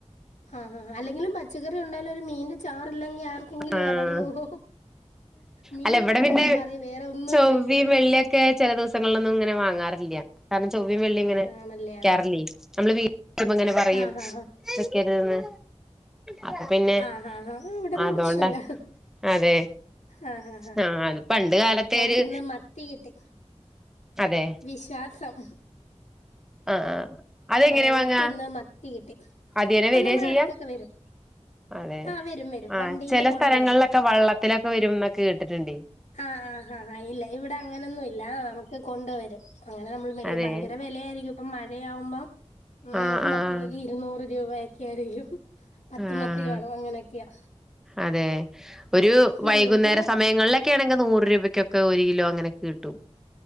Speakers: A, on the left (about 85°); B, in the centre.
A: ആഹ് ഹാ അല്ലെങ്കിലും പച്ചക്കറി ഉണ്ടായാലും ഒരു മീന്റെ ചാറില്ലെങ്കി ആ ക്കെങ്കിലും
B: ആഹ്
A: ഇറങ്ങുവോ മീനുണ്ടെങ്കിൽ
B: അല്ല ഇവിടെ പിന്നെ
A: ഒരു കറി വേറെ ഒന്നു
B: ചൊവ്വയും
A: ഇല്ലെങ്കിലും
B: വെള്ളിയൊക്കെ ചില ദിവസങ്ങളിലൊന്നും ഇങ്ങനെ വാങ്ങാറില്ല കാരണം ചൊവ്വയും വെള്ളിയും ഇങ്ങനെ
A: ആണല്ലേ
B: വെക്കാറില്ലേ
A: ആ
B: നമ്മള് വീട്ട്ല് അങ്ങനെ പറയും
A: ആ ആ
B: വെക്കരുതെന്ന് അപ്പൊ പിന്നെ
A: ആഹ് ഹാ ഇവിടൊന്നും
B: അതോണ്ടാ
A: പ്രശ്നല്ല
B: അതെ
A: ആഹ് ഹാ ഹാ
B: ആഹ് അത് പണ്ട് കാലത്തെ
A: ഞങ്ങക്കിന്ന്
B: ഒരു
A: മത്തി കിട്ടി
B: അതെ
A: വിശ്വാസം
B: ആഹ് ആഹ് അതെങ്ങനെയ
A: ഞങ്ങക്ക്
B: വാങ്ങാ
A: ഇന്ന് മത്തി കിട്ടി
B: അദ്യനെ
A: അത്
B: വരാ
A: നമ്മുടെ
B: ചെയ്യാ
A: അടുത്തൊക്കെ വരും
B: അതെ
A: ആ വരും വരും
B: ആഹ്
A: വണ്ടിയില്
B: ചില
A: കൊണ്ടുവരും
B: സ്ഥലങ്ങളിലൊക്കെ വെള്ളത്തിലൊക്കെ വരുന്നൊക്കെ കേട്ടിട്ടുണ്ട്
A: ആഹ് ഹ ഹ ഇല്ല ഇവിടെ അങ്ങനെന്നും ഇ ല്ലാ നമുക്ക് കൊണ്ട് വരും അങ്ങനെ നമ്മൾ മേടിക്കും
B: അതെ
A: ഭയങ്കര വിലയായിരിക്കും ഇപ്പം മഴയാവുമ്പോ ഉം
B: ആഹ്
A: മത്തിക്കൊക്കെ
B: ആഹ്
A: ഇരുന്നൂറ് രൂപയക്കെ ആരിക്കും പത്ത്
B: ആഹ്
A: മത്തി കാണും അങ്ങനെയൊക്കെയാ
B: അതെ ഒരു
A: ഉം
B: വൈകുന്നേര
A: ഇന്ന്
B: സമയങ്ങളിലൊ ക്കെ ആണെങ്കി നൂറു രൂപയ്ക്കൊക്കെ ഒരു കിലോങ്ങനൊകിട്ടും